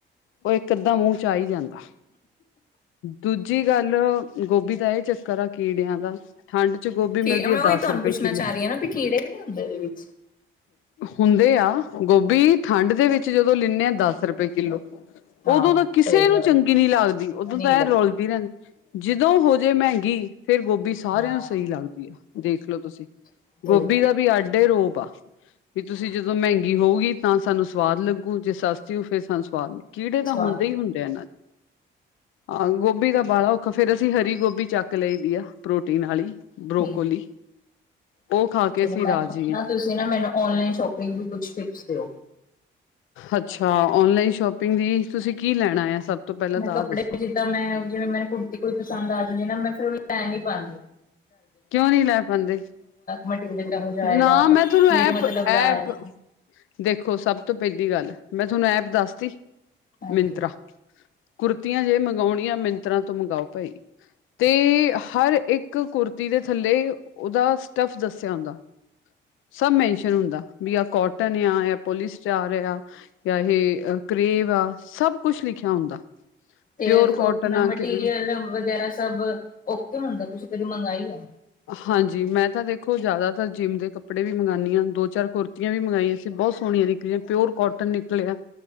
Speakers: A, on the left; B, on the left.
A: ਉਹ ਇੱਕ ਅੱਧਾ ਮੂੰਹ ਚ ਆ ਹੀ ਜਾਂਦਾ। ਦੂਜੀ ਗੱਲ ਗੋਭੀ ਦਾ ਇਹ ਚੱਕਰ ਆ ਕੀੜਿਆਂ ਦਾ, ਠੰਡ ਚ ਗੋਭੀ ਮਿਲਦੀ
B: ਕੀ ਮੈਂ
A: ਹੈ
B: ਉਹੀ
A: ਦਸ
B: ਤੁਹਾਨੂੰ
A: ਰੁਪਏ
B: ਪੁੱਛਣਾ
A: ਕਿੱਲੋ
B: ਚਾਹ ਰਹੀ ਹਾਂ ਨਾ ਵੀ ਕਿਹੜੇ ਨੇਦੇ ਵਿੱਚ
A: ਹੁੰਦੇ ਆ ਗੋਭੀ ਠੰਡ ਦੇ ਵਿੱਚ ਜਦੋਂ ਲਿਨੇ ਆ ਦਸ ਰੁਪਏ ਕਿੱਲੋ।
B: ਆਹੋ
A: ਉਦੋਂ ਤਾਂ ਕਿਸੇ
B: ਸਹੀ
A: ਨੂੰ
B: ਗੱਲ
A: ਚੰਗੀ ਨੀ ਲੱਗਦੀ ਉਦੋਂ
B: ਨਹੀਂ
A: ਤਾਂ
B: ਲੱਗਦੀ
A: ਰੋਲਦੀ ਰਹਿੰਦੀ ਜਦੋਂ ਹੋਜੇ ਮਹਿੰਗੀ, ਫੇਰ ਗੋਭੀ ਸਾਰਿਆਂ
B: ਹਾਂ
A: ਨੂੰ ਸਹੀ ਲੱਗਦੀ ਆ। ਦੇਖਲੋ ਤੁਸੀਂ,
B: ਸਹੀ
A: ਗੋਭੀ
B: ਗੱਲ
A: ਦਾ ਵੀ ਆਡੇ ਰੋ <unintelligible> ਵੀ ਤੁਸੀਂ ਜਦੋਂ ਮਹਿੰਗੀ ਹੋਊਗੀ। ਤਾਂ ਸਾਨੂੰ ਸਵਾਦ ਲੱਗੂ ਜੇ ਸਸਤੀ ਹੋਊ ਫੇਰ ਸਾਨੂੰ ਸਵਾਦ ਨ ਕੀੜੇ ਤਾਂ
B: ਸਵਾਦ
A: ਹੁੰਦੇ ਹੀ ਹੁੰਦੇ ਆ ਨਾ, ਹਾਂ ਗੋਭੀ ਦਾ ਵਾਲਾ ਔਖਾ ਫੇਰ ਅਸੀਂ ਹਰੀ ਗੋਭੀ ਚੱਕ ਲਈ ਦੀ ਐ ਪ੍ਰੋਟੀਨ ਆਲੀ।
B: ਠੀਕ
A: ਬਰੋਕੋਲੀ, ਉਹ ਖਾ ਕੇ
B: ਚਲੋ
A: ਅਸੀਂ ਰਾਜੀ ਆ
B: ਮੈਂ ਤੁਸੀਂ ਨਾ ਮੈਨੂੰ ਔਨਲਾਈਨ ਸ਼ੋਪਿੰਗ ਦੀ ਕੁਛ ਟਿਪਸ ਦਿਓ।
A: ਅੱਛਾ ਔਨਲਾਈਨ ਸ਼ੋਪਿੰਗ ਦੀ ਤੁਸੀਂ ਕੀ ਲੈਣਾ ਆ ਸਭ, ਤੋਂ ਪਹਿਲਾਂ
B: ਮੈਂ ਕੱਪੜੇ,
A: ਤਾਂ ਆਹ ਦੱਸੋ
B: ਜਿੱਦਾਂ ਮੈਂ ਜਿਵੇਂ ਮੈਨੂੰ ਕੁੜਤੀ ਕੋਈ ਪਸੰਦ ਆ ਜਾਂਦੀ ਨਾ ਮੈਂ ਫੇਰ, ਮੇ ਨੀ ਪਾਦੀ,
A: ਕਿਉਂ ਨੀ ਲੈ ਪਾਦੇ
B: ਮਟੀਰੀਅਲ ਕਿਹੋ ਜਿਹਾ ਆਏਗਾ।
A: ਨਾ ਮੈਂ ਤੁਹਾਨੂੰ ਐਪ-ਐਪ
B: ਮੇਰੇ ਮਤਲਬ ਦਾ ਆਏਗਾ
A: ਦੇਖੋ ਸਭ ਤੋਂ ਪਹਿਲੀ ਗੱਲ ਮੈਂ ਤੁਹਾਨੂੰ ਐਪ ਦੱਸ ਤੀ,
B: ਹਾਂਜੀ।
A: ਮਿੰਨਤਰਾ ਕੁਰਤੀਆਂ ਜੇ ਮੰਗਾਣੀਆਂ ਮਿੰਤਰਾ ਤੋਂ ਮੰਗਾਓ ਭਾਈ ਤੇ ਹਰ ਇੱਕ ਕੁਰ ਦੇ ਥੱਲੇ ਉਹਦਾ ਸਟਾਫ ਦੱਸਿਆ ਹੁੰਦਾ। ਸਭ ਮੈਨਸ਼ਨ ਹੁੰਦਾ। ਵੀ ਆ ਕੋਟਨ ਆ ਜਾਂ ਪੋਲੀ ਸਟਾਰ ਆ ਜਾਂ ਇਹ ਕਰੇਵ ਆ ਸਭ ਕੁਛ ਲਿਖਿਆ ਹੁੰਦਾ।
B: ਤੇ
A: ਪਿਓਰ
B: ਉਹ
A: ਕੋਟਨ ਆ
B: ਮਟੀਰੀਅਲ
A: ਕਿੱਦਾਂ
B: ਵਗੈਰਾ ਸਭ ਓਕੇ ਹੁੰਦਾ ਤੁਸੀਂ ਕਦੀ ਮੰਗਾਈ ਐ।
A: ਹਾਂਜੀ, ਮੈਂ ਤਾਂ ਦੇਖੋ ਜ਼ਿਆਦਾਤਰ ਜਿੰਮ ਦੇ ਕੱਪੜੇ ਵੀ ਮੰਗਾਨੀ ਹਾਂ ਦੋ ਚਾਰ ਕੁੁਰਤੀਆਂ ਵੀ ਮੰਗਾਈਆਂ ਸੀ ਬਹੁਤ ਸੋਹਣੀਆਂ ਨਿਕਲੀਆਂ ਪਿਓਰ ਕੋਟਨ ਨਿਕਲਿਆ।